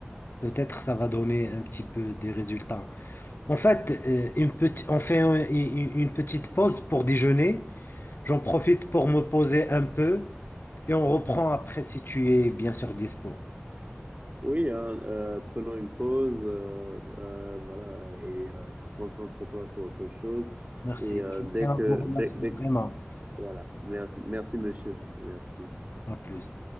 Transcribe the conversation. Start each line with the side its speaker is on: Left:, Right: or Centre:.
Left: peut-être ça va donner un petit peu des résultats. En fait, euh, une petite, on fait un- une, une petite pause pour déjeuner. J'en profite pour me poser un peu et on reprend après si tu es bien sûr dispo.
Right: Oui, hein, euh, prenons une pause, euh, euh, voilà, et euh, concentre-toi sur autre chose.
Left: Merci.
Right: Et euh,
Left: Je
Right: dès
Left: tiens
Right: que,
Left: à vous remercier
Right: dès, dès
Left: vraiment.
Right: que, voilà. Merci, merci, monsieur. Merci.
Left: À plus.